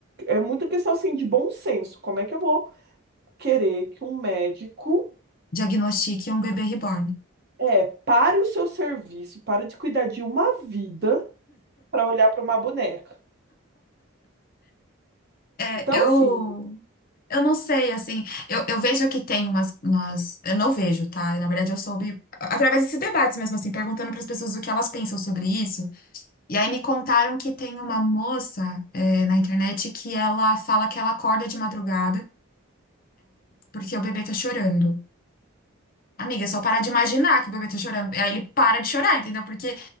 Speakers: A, on the right (about 50°); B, on the left (about 40°).
A: É muita questão assim de bom senso. Como é que eu vou querer que um médico
B: Diagnostique um bebê reborn.
A: é pare o seu serviço, pare de cuidar de uma vida para olhar para uma boneca?
B: É,
A: Então,
B: eu,
A: assim,
B: eu não sei, assim, eu, eu vejo que tem umas, umas. Eu não vejo, tá? Na verdade, eu soube através desses debates mesmo, assim, perguntando para as pessoas o que elas pensam sobre isso. E aí me contaram que tem uma moça, eh, na internet que ela fala que ela acorda de madrugada porque o bebê tá chorando. Amiga, é só parar de imaginar que o bebê tá chorando. Aí ele para de chorar, entendeu? Porque